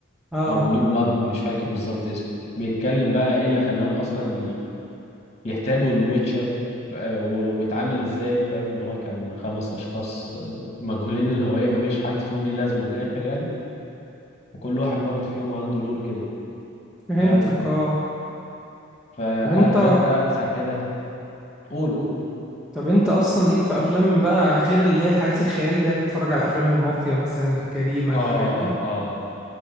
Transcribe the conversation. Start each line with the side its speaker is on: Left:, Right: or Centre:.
Centre: اه
Left: او نيو بلاد مش فاكر بالظبط اسمه بيتكلم بقى ايه اللي خلاهم اصلا يحتاجوا الويتشر آه، و- واتعامل ازاي فاهم ان هو كان خمس اشخاص آه، مجهولين الهوية ما فيش حد فيهم ليه لازمة من الاخر يعني وكل واحد برضه فيهم عنده لور كده
Centre: فهمتك
Left: ف
Centre: اه
Left: فعارف
Centre: طب انت
Left: بقى انت بقى ساحرة قول قول قول
Centre: طب انت اصلا ليك في افلام بقى غير اللي هي الحاجات الخيال دي يعني بتتفرج على افلام المافيا مثلا الجريمة
Left: اه
Centre: الحاجات دي
Left: اه